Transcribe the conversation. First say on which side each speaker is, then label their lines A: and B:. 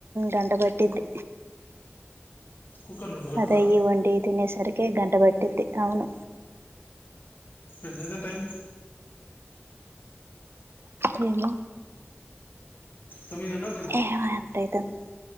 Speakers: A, on the right; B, on the left.
A: గంట పట్టిద్ది.
B: కుక్కర్లో ఉడకబెడతావా
A: అదై వండి తినేసరికి గంటపట్టుద్ది. అవును
B: ఎంతైతాంది టైం
A: అనా
B: తొమ్మిది గంటలకు
A: ఏమో ఎంతయతాంది